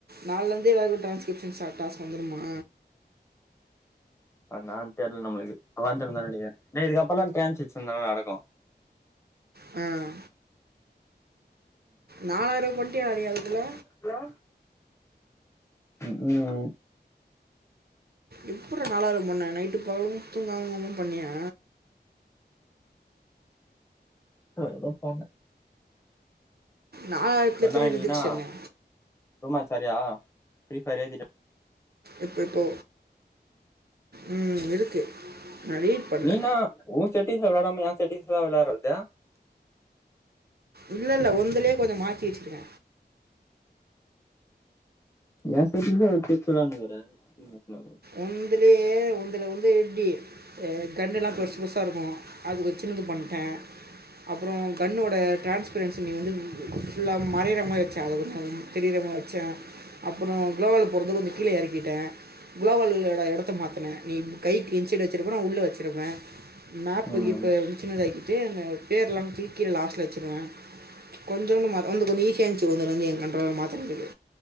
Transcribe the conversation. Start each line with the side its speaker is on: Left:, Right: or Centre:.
Right: நாள்லருந்து எல்லாருக்கு டிரான்ஸ்கிரிப்ஷன் ஸா டாஸ்க் வந்துருமா
Left: அது என்னான் தெர்ல நம்மளுக்கு‌ வந்துருந்தா நனைக்கிற டேய் இதுக்கப்பறோல்லா‌ ட்ரான்ஸ்‌கிர்ப்ஷன் தான்டா நடக்கு
Right: அ நாலாயிரோ பண்ட்டியா நீஅதுக்குல்ல
Left: ஹலோ ம் ம் ம்
Right: எப்பட்றா நாலாயிரோ பண்ண நைட்டு பகலு தூங்காம ஒக்காந்து பண்ணியா
Left: ந ஏதோ பண்ண
Right: நாலாயிரத்துல
Left: கண்ணா
Right: எத்தனை
Left: நீ
Right: ரிஜெக்ஷனு
Left: என்னா ரூம்மேட்ச் வரியா ஃப்ரீஃபயர் ஏத்திட்ட
Right: எப்ப இப்போ ம் இருக்கு நா ரீட் பண்ணல
Left: நீ என்னா ஓ செட்டிங்ஸ்ல விளாடாம எ செட்டிங்ஸ்ல விளாரத்து
Right: இல்ல இல்ல ஒன்துலே கொஞ்சோ மாத்தி வச்சிக்கற
Left: ஏ செட்டிங்ஸ்ச வச்சிவச்சி விளாண்டுக்றாரு <unintelligible>
Right: ஒந்துலே ஒந்துல வந்து எப்டி எ கன்யெல்லா பெருசு பெருசா இருக்கு அதுவ சின்னது பண்ட்ட அப்றோ கன்னோட டிரான்ஸ்பரன்சி நீ வந்து ஃபுல்லா மறையிற மாரி வச்ச அத கொஞ்ச தெரியிர மா ச்ச அப்றோ குளோவல் போறத கொஞ்சோ கீழ எறக்கிட்ட குலோவல்லோடா எடத்த மாத்துன நீ கைக்கு இன் சைடு வச்சிருப்ப நா உள்ள வச்சுருப்ப மேப்கீப்பு
Left: ம்
Right: சின்னதாக்கிட்டு அந்த பேர்ல்லா தூக் கீல லாஸ்ட்ல வச்சிருவ கொஞ்சோண்டு மாத் ஒந்து கொஞ்சோ ஈசியா இருந்ச்சி ஒன்து வந்து ஏ கண்ட்ரோல மாத்ரதுக்கு